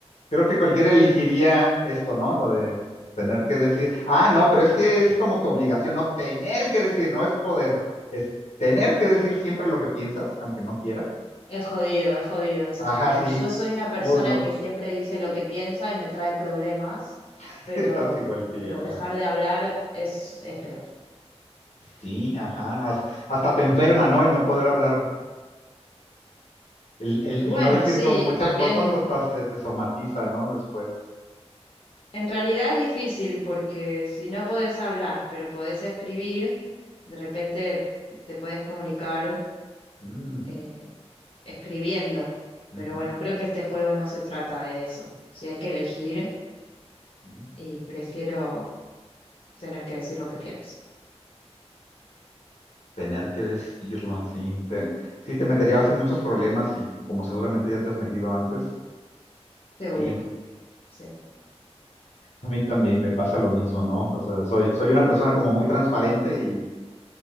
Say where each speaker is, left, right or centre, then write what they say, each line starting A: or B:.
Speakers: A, on the left; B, on the left.
A: creo que cualquiera elegiría esto, ¿no? Lo de tener que decir. Ah, no, pero es que es como tu obligación, no tener que decir, no es poder, es tener que decir siempre lo que piensas, aunque no quieras.
B: Es jodido, es jodido eso
A: Ajá,
B: también.
A: sí.
B: Yo soy una persona
A: Oh, no,
B: que siempre dice lo que piensa y me trae problemas,
A: <laughs>
B: pero,
A: estás igual que
B: pero
A: yo.
B: dejar
A: Ah,
B: de hablar es, es peor.
A: Sí, ajá. Has- Hasta te enferma, ¿no? El no poder hablar. El, el-
B: Bueno,
A: el no decir
B: sí,
A: como muchas
B: también
A: cosas hasta se te somatiza, ¿no? Después.
B: en realidad es difícil porque si no podés hablar, pero podés escribir, de repente te podés comunicar
A: Mm,
B: eh, escribiendo.
A: ujú,
B: Pero bueno, creo que este juego no se trata de eso. Si hay que elegir
A: ujú.
B: y prefiero tener que decir lo que pienso.
A: Tener que decirlo, sí. Te, sí, te meterías en muchos problemas y como seguramente ya te has metido antes.
B: Seguro,
A: Y
B: sí.
A: a mí también me pasa lo mismo, ¿no? O sea, soy, soy una persona como muy transparente y,